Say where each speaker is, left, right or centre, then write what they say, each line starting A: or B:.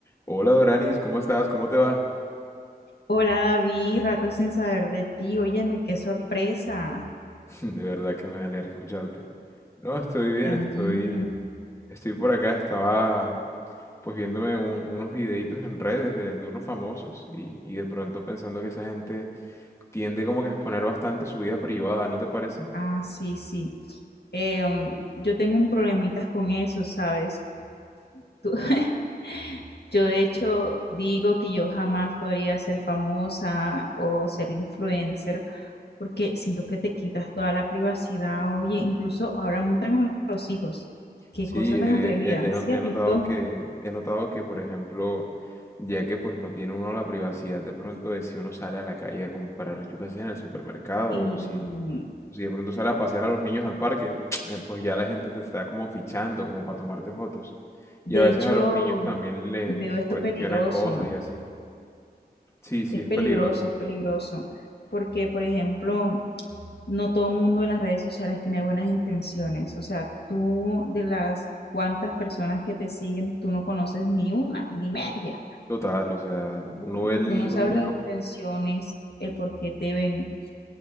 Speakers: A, on the left; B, on the left.
A: Hola Doranis, ¿cómo estás? ¿Cómo te va?
B: Hola David, rato sin saber de ti. Óyeme, qué sorpresa.
A: <laughs> De verdad que me alegra escucharte. No, estoy bien,
B: Y a mí.
A: estoy, estoy por acá, estaba pues viéndome un- unos videitos en redes de, de unos famosos y, y de pronto pensando que esa gente tiende como que a exponer bastante su vida privada, ¿no te parece?
B: Ah, sí, sí. Eh, um, yo tengo un problemitas con eso, ¿sabes? Tú- <laughs> yo de hecho digo que yo jamás podría ser famosa o ser influencer porque siento que te quitas toda la privacidad. Oye, incluso ahora montan a los hijos. Qué
A: Sí,
B: cosa tan
A: eh,
B: atrevida.
A: he, he not-
B: ¿Sí
A: he
B: has
A: notado
B: visto?
A: que, he notado que, por ejemplo, ya que pues no tiene uno la privacidad de pronto de si uno sale a la calle a comprar, yo qué sé, en el supermercado
B: Y
A: o si Si de pronto sale a pasear a los niños al parque, <tsk> eh, pues ya la gente te está como fichando, como para tomarte fotos.
B: de
A: Y a veces
B: hecho
A: a los niños también le-
B: veo
A: les
B: esto
A: cuestionan
B: peligroso.
A: cosas y así. Sí, sí,
B: Es
A: es
B: peligroso,
A: peligroso.
B: es peligroso, porque, por ejemplo, no todo el mundo en las redes sociales tiene buenas intenciones. O sea, tú de las cuantas personas que te siguen, tú no conoces ni una, ni media.
A: Total, o sea, uno
B: Y
A: ve el
B: Tú no sabes
A: número.
B: las intenciones, el por qué te ven.